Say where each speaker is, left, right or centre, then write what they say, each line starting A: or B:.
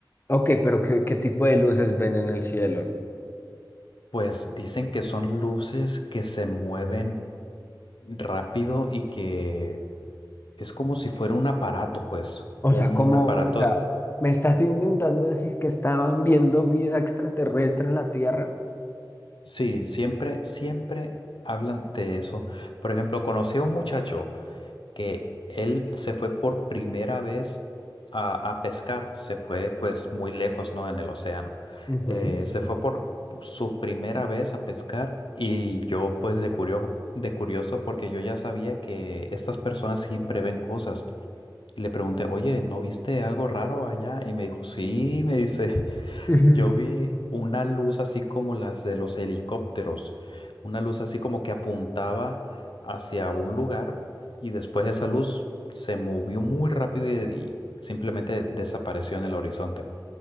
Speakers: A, on the left; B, on the left.
A: Ok, pero ¿qué, qué tipo de luces ven en el cielo?
B: Pues dicen que son luces que se mueven rápido y que es como si fuera un aparato, pues,
A: O
B: un
A: sea, ¿cómo,
B: aparato.
A: o sea, me estás intentando decir que estaban viendo vida extraterrestre en la Tierra?
B: Sí, siempre, siempre hablan de eso. Por ejemplo, conocí a un muchacho. que él se fue por primera vez a, a pescar, se fue pues muy lejos, ¿no? En el océano.
A: Ujú.
B: Eh, se fue por su primera vez a pescar y yo pues de curioso, de curioso porque yo ya sabía que estas personas siempre ven cosas y le pregunté, oye, ¿no viste algo raro allá? Y me dijo, sí, me dice.
A: <laughs>
B: Yo vi una luz así como las de los helicópteros, una luz así como que apuntaba hacia un lugar y después esa luz se movió muy rápido y, y simplemente desapareció en el horizonte.